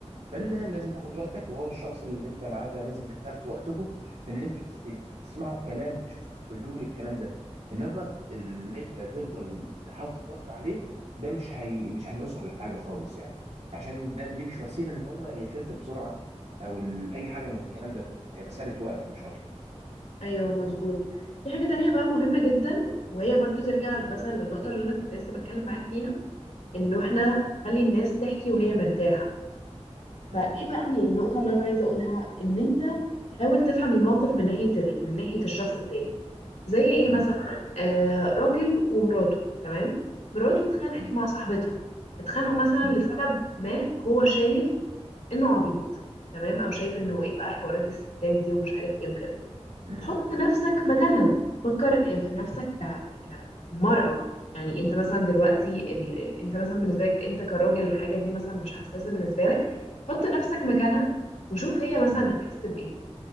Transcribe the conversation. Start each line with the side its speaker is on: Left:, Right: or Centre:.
Right: فانت
Left: مم.
Right: لازم تاخد وقتك وهو الشخص اللي انت معاه ده لازم بتاخدوا وقتكم في ان انتوا تس- إيه، تسمعوا الكلام تشوفوا الحلول الكلام ده انما الض- اللي انت تفضل حاطط ضغط عليه ده مش هي مش هنوصل لحاجه خالص يعني عشان ده دي مش وسيله ان هو يخف بسرعه او ال... اي حاجه من الكلام ده كله هي مساله وقت مش اكتر
Left: ايوه مظبوط في حاجه تانية بقى مهمه جدا وهي برضو ترجع مثلا للنقطه اللي انا كنت لسه بتكلم معاك فيها انه احنا
Right: مم.
Left: نخلي الناس تحكي وهي مرتاحه فايه
Right: مم.
Left: بقى النقطة اللي انا عايزة اقولها ان انت حاول تفهم الموقف من ناحية ال... من ناحية الشخص التاني زي ايه مثلا
Right: مم.
Left: آه راجل ومراته تمام مراته اتخانقت
Right: مم.
Left: مع صاحبتها اتخانقوا مثلا
Right: مم.
Left: لسبب ما هو شايف انه عبيط تمام او شايف انه
Right: اه
Left: ايه بقى حوارات الستات دي ومش عارف ايه وكده
Right: مم.
Left: حط
Right: مم.
Left: نفسك مكانها فكر في نفسك ك كمرأة يعني انت مثلا دلوقتي ال... ال... انت مثلا بالنسبة لك انت كراجل الحاجة دي مثلا مش حساسة بالنسبة لك حط نفسك مكانها وشوف هي مثلا
Right: مم.
Left: هتحس بإيه